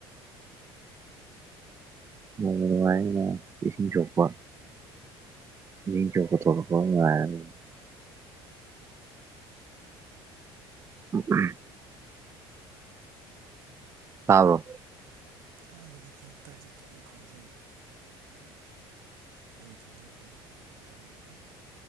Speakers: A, on the right (about 20°); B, on the right (about 80°).
A: ꯅꯨꯡꯕꯨ ꯅꯨꯡꯉꯥꯢꯅꯤꯅꯦ ꯢꯁꯤꯡ ꯁꯣꯛꯄ ꯢꯁꯤꯡ ꯁꯣꯛꯄ ꯊꯣꯛꯂꯛꯄ ꯉꯥꯢꯔꯒ ꯑꯣ <unintelligible> ꯇꯥꯕ꯭ꯔꯣ
B: ꯇꯥꯗ꯭ꯔꯗꯤ ꯀꯩꯅꯣ ꯇꯥꯏ ꯇꯥꯏ ꯇꯥꯢ ꯑꯩ ꯈꯣꯟꯖꯤꯟ ꯑꯍꯤꯡ ꯊꯦꯡꯖꯤꯟ ꯂꯛꯄꯩꯅꯦ ꯕꯥꯔ ꯑꯗꯨ ꯑꯗꯨꯝ ꯋꯥꯔꯨꯒꯅꯨ